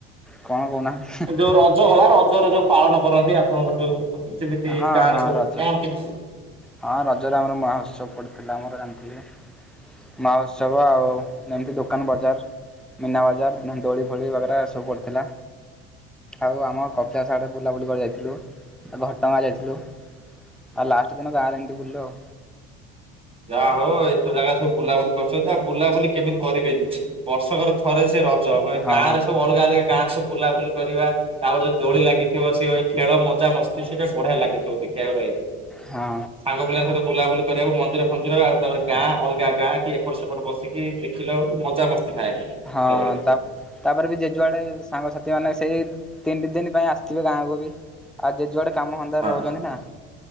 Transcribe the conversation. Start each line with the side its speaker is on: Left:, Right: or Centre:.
Centre: କଣ କହୁନାହାନ୍ତି ହେଁ।
Right: ଯୋଉ ରଜ ଗଲା ରଜରେ ଯୋଉ ପାଳନ କରନ୍ତି ଆପଣଙ୍କର ଯୋଉ ଯେମିତି
Centre: ହଁ
Right: ଗାଁରେ
Centre: ହଁ
Right: ସବୁ
Centre: ରଜ
Right: କଣ କେମିତି
Centre: ହଁ ରଜରେ ଆମର ମହୋତ୍ସବ ପଡିଥିଲା ଆମର ଜାଣିଥିବେ। ମାଉତ୍ସବ ଆଉ ଏମିତି ଦୋକାନ ବଜାର୍ ମୀନା ବଜାର ମାନେ ଦୋଳି ଫୋଳି ବଗେରା ଏସବୁ ପଡିଥିଲା। ଆଉ ଆମ କପିଳାସ ଆଡେ ବୁଲାବୁଲି କରି ଯାଇଥିଲୁ ଆଉ ଘଟଗାଁ ଯାଇଥିଲୁ। ଆଉ ଲାଷ୍ଟ ଦିନ ଗାଁରେ ଏମିତି ବୁଲିଲୁ ଆଉ।
Right: ଯା ହଉ ଏତେ ଜାଗା ସବୁ ବୁଲାବୁଲି କରିଚନ୍ତି ଆଉ ବୁଲାବୁଲି କେଦିନି କରିବେନି ବର୍ଷକର ଥରେ ସେ ରଜ
Centre: ହଁ
Right: ଗାଁ ରେ ସବୁ ଅଲଗା ଅଲଗା ଗାଁ ରେ ସବୁ ବୁଲାବୁଲି କରିବା ତାପରେ ଯୋଉ ଦୋଳି ଲାଗିଥିବ ସେ ଖେଳ ମଜା ମସ୍ତି ସେଟା ବଢିଆ ଲାଗିଥିବ ଦେଖିବାକୁ ରହିବାକୁ।
Centre: ହଁ
Right: ଆ ସାଙ୍ଗ ପିଲାଙ୍କ ସହିତ ବୁଲାବୁଲି କରିବାକୁ ମନ୍ଦିର ମନ୍ଦିର ଆଉ ତାପରେ ଗାଁ ଅଲଗା ଗାଁ କି ଏପଟ ସେପଟ ବସିକି ଦେଖିଲ ମଜା ମସ୍ତି ଥାଏ।
Centre: ହଁ
Right: ସେତେବେଳେ।
Centre: ତା ତାପରେବି ଯିଏ ଯୁଆଡ଼େ ସାଙ୍ଗସାଥି ମାନେ ସେଇ ତିନି ଦିନ ପାଇଁ ଆସିଥିବେ ଗାଁକୁବି। ଆଉ ଯିଏଯୁଆଡ଼େ କାମ ଧ୍ୟନ୍ଦାରେ
Right: ହଁ
Centre: ହୁଚନ୍ତିନା